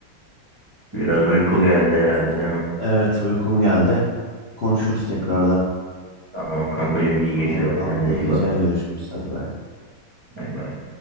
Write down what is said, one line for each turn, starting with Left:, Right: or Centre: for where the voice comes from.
Right: Biraz uyku geldi herhalde değil mi?
Left: Evet uykum geldi. Konuşuruz
Right: Ee,
Left: tekrardan.
Right: Tamam kankacığım iyi
Left: Tamam
Right: geceler
Left: bakalım.
Right: kendine
Left: İyi
Right: iyi
Left: geceler
Right: bak.
Left: görüşürüz. Hadi bay.
Right: Bay bay.